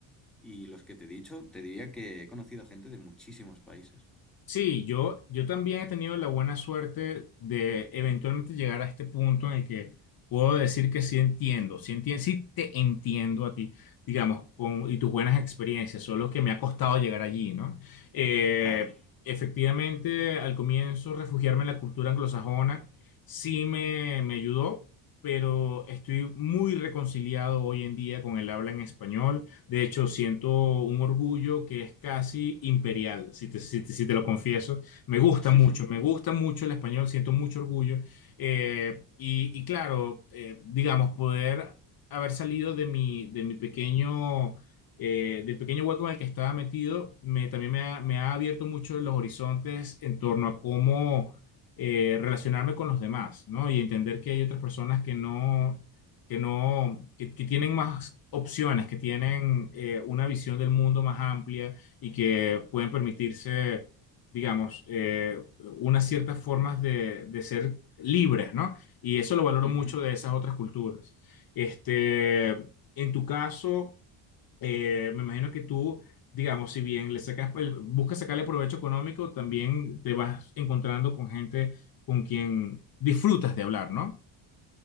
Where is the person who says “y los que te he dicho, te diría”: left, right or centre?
Centre